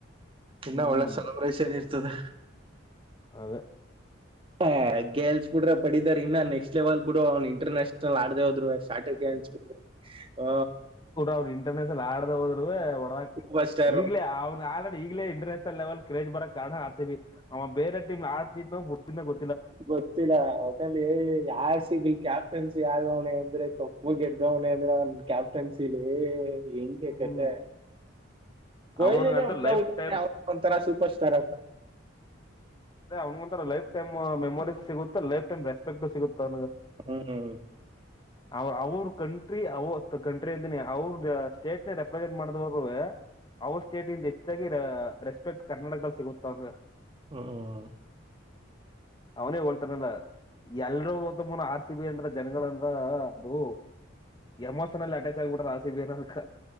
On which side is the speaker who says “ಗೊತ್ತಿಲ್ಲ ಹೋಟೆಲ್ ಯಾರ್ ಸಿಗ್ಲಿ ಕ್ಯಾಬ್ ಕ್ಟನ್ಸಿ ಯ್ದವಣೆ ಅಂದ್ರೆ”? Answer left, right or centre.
Right